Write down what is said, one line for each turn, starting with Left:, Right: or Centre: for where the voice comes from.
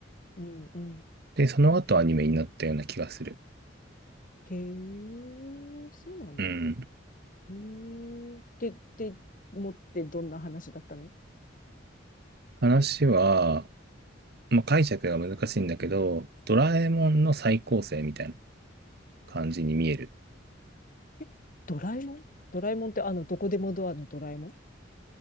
Left: うん。うん。
Right: で、その後アニメになったような気がする。
Left: へえ、そうなんだ。
Right: うん。
Left: へえ。で、で、持ってどんな話だったの
Right: 話は、まあ、解釈が難しいんだけど、ドラえもんの再構成みたいな感じに見える。
Left: え、ドラえもんドラえもんってあの、どこでもドアのドラえもん